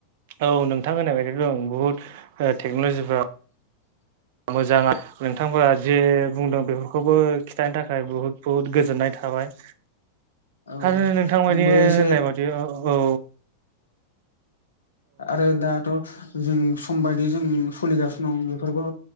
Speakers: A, on the right; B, on the left.
A: औ नोंथां होनाय बायदि दं बुहुद ओ टेक्न'लजिफ्रा मोजां आ नोंथांआ जे बुंदों बेफोरखौबो खिन्थानो थाखाय बुहुद बुहुद गोजोननाय थाबाय।
B: औ
A: आरो नोंथां बायदि
B: आंबो
A: होननाय
B: एसे
A: बायदि औ
B: आरो दाथ' जों सम बायदि जों सोलिगासिनो दं बेफोरखौ